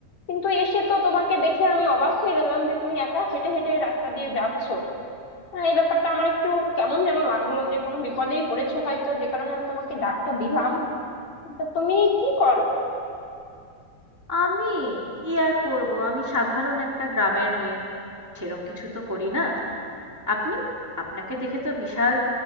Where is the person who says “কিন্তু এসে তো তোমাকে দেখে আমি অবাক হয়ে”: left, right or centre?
Left